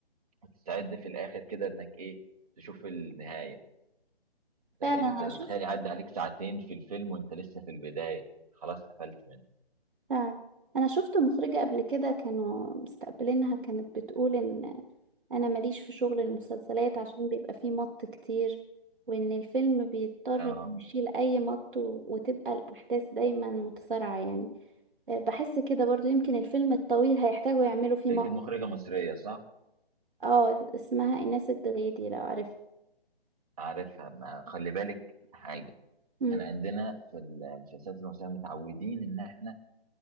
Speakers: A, on the right; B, on the right.
A: وتستعد في الاخر كده انك ايه تشوف النهايه
B: فعلا
A: لكن انت
B: انا شفت
A: تخيل يعدي عليك ساعتين في الفيلم وانت لسه في البدايه خلاص قفلت منه
B: فعلا انا شفت مخرجة قبل كده كانوا مستقبلينها كانت بتقول ان انا ماليش في شغل المسلسلات عشان بيبقى فيه مط كتير وان الفيلم بيضطر
A: اه
B: إنه يشيل اي مط و- وتبقى الاحداث دايما متسارعة يعني أه، بحس كده برضو يمكن الفيلم الطويل هيحتاجوا يعملوا فيه
A: لقيت
B: مط
A: المخرجه مصريه صح
B: اه اسمها ايناس الدغيدي لو عارفها
A: عارفها ما خلي بالك حاجة
B: امم
A: احنا عندنا في المسلسلات المصرية متعودين ان احنا